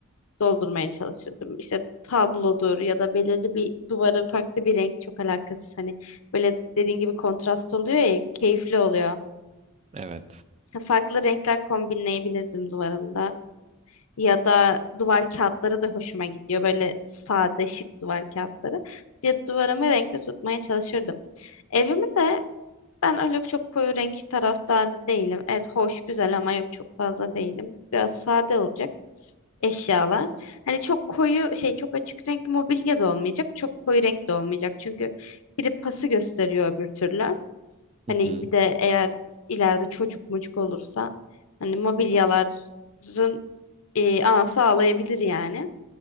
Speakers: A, on the left; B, on the right.
A: doldurmaya çalışırdım. İşte tablodur ya da belirli bir duvara farklı bir renk çok alakasız. Hani böyle dediğin gibi kontrast oluyor ya keyifli oluyor.
B: Evet.
A: Farklı renkler kombinleyebilirdim duvarımda. Ya da duvar kağıtları da hoşuma gidiyor. Böyle sade şık duvar kağıtları. Ya duvarımı renkli tutmaya çalışırdım. Evimi de ben öyle çok koyu renk taraftarı değilim. Evet hoş güzel ama yok çok fazla değilim. Biraz sade olacak eşyalar. Hani çok koyu şey çok açık renk mobilya da olmayacak. Çok koyu renk de olmayacak. Çünkü biri pası gösteriyor öbür türlü.
B: Hı
A: Hani
B: hı.
A: bir de eğer ileride çocuk mucuk olursa hani mobilyaların e, anası ağlayabilir yani.